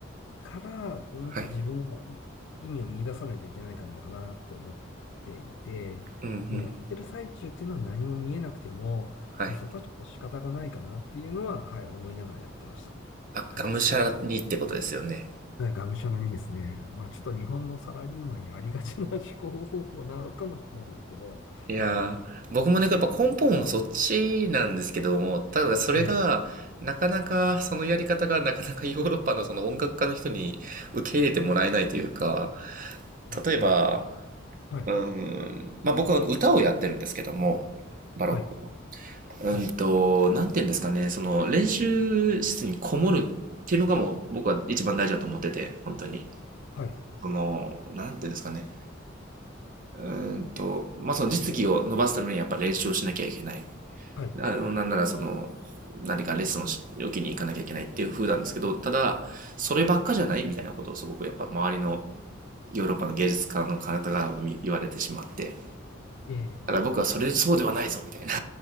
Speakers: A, on the left (about 60°); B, on the right (about 40°).
A: から、なんか自分がい意味を見出さないといけないかのかなって思っていて、
B: はい。うん、うん。
A: まあやってる最中っていうのは何も見えなくても、
B: はい。
A: もうそこはちょっと仕方がないかなっていうのは、はい、思いながらやってました。
B: あ、
A: はい。
B: がむしゃらにってことですよね。
A: はい、がむしゃらにですね。まあ、ちょっと日本のサラリーマンにありがちな思考方法なのかもしれないですけど、
B: いやー、
A: はい。
B: 僕もね、やっぱ根本はそっちなんですけども、ただそれが、
A: はい。
B: なかなか、そのやり方がなかなか <laughs> ヨーロッパのその音楽家の人に受け入れてもらえないというか、
A: ああ
B: 例えば、
A: はい。
B: うーん、まあ僕は歌をやってるんですけども、バロックの。
A: はい。
B: うんと、
A: はい。
B: なんて言うんですかね、その練習室にこもるっていうのがもう僕は一番大事だと思ってて、本当に。
A: はい。
B: その、なんていうんですかね。うーんと、まあ、その実技を伸ばすためにやっぱ練習をしなきゃいけない。
A: はい。
B: あのなんならその、何かレッスンをし受けに行かなきゃいけないっていう風なんですけど、ただ、そればっかじゃないみたいなことをすごくやっぱ周りのヨーロッパの芸術家の方が言われてしまって、
A: ええ。
B: ただ僕はそれそうではないぞみたいな、<laughs> い